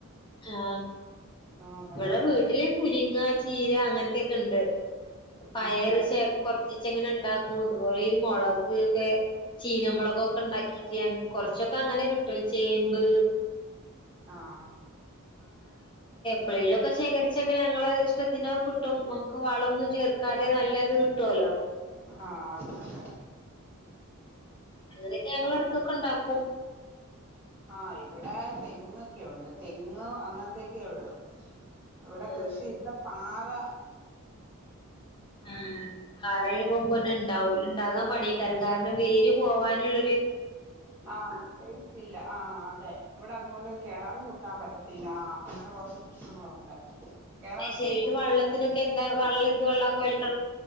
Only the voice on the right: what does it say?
ആഹ് ഭയങ്കര
ആഹ് ഞങ്ങ
ആഹ്
ആഹ് അ ത് അതെ
നല്ല ആഹ് ഇവിടെ തെങ്ങൊക്കെയുണ്ട് തെങ്ങ് അങ്ങനെ ക്കെക്കെയുള്ളൂ ഇവ്ടെ
കൃഷി ഇവ്ടെ പാ വ
അപ്പഴത്തേക്കും
ഇവിടെ
ആ പേച്ചില്ല ആ അതെ ഇവിടെ അതോണ്ട് കിണറും കുത്താൻ പറ്റത്തില്ലാ അങ്ങനെ കുറച്ച് പ്രശ്നങ്ങളുണ്ട് കിണറൊക്കെ
കു